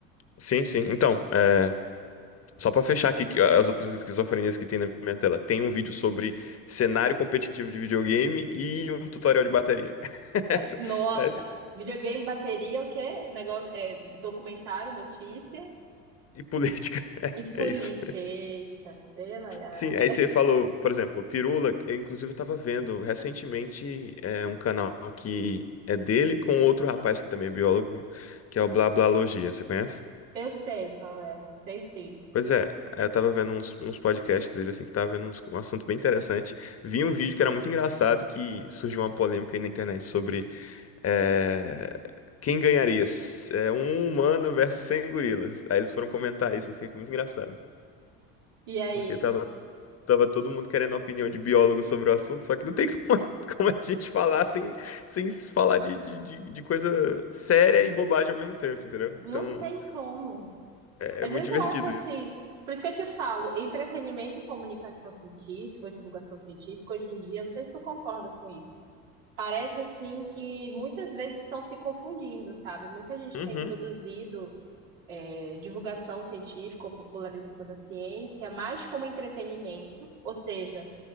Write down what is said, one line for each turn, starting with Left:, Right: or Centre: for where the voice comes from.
Left: Sim, sim. Então, é, só pra fechar aqui que as outras esquizofrenias que tem na minha tela, tem um vídeo sobre cenário competitivo de videogame e um tutorial de bateria. <laughs> Essa-
Right: É, Nossa,
Left: essa-
Right: videogame, bateria, o quê? Negócio, é, documentário, notícia
Left: E política.
Right: e política.
Left: É isso.
Right: Eita, sei lá.
Left: Sim, aí você falou, por exemplo, Pirula. Eu, inclusive, eu tava vendo recentemente é, um canal que é dele com outro rapaz que também é biólogo, que é o Blá Blá Logia. Você conhece?
Right: Eu sei qual é, sei sim.
Left: Pois é, eu tava vendo uns, uns podcasts dele, assim, que tava vendo uns- um assunto bem interessante. Vi um vídeo que era muito engraçado, que surgiu uma polêmica aí na internet sobre eh, quem ganharia, s- eh, um humano versus 100 gorilas. Aí eles foram comentar isso, assim, foi muito engraçado.
Right: E aí?
Left: Porque tava, tava todo mundo querendo a opinião de biólogo sobre o assunto, só que não tem como, <laughs> como a gente falar sem, sem falar de, de, de de coisa séria e bobagem ao mesmo tempo, entendeu? Então,
Right: Não tem como.
Left: é,
Right: Às
Left: é muito
Right: vezes
Left: divertido
Right: eu acho assim,
Left: isso.
Right: por isso que eu te falo, entretenimento e comunicação científica, ou divulgação científica, hoje em dia, eu não sei se tu concorda com isso. Parece assim que muitas vezes estão se confundindo, sabe? Muita gente
Left: Uhum.
Right: tem produzido eh, divulgação científica ou popularização da ciência mais como entretenimento, ou seja,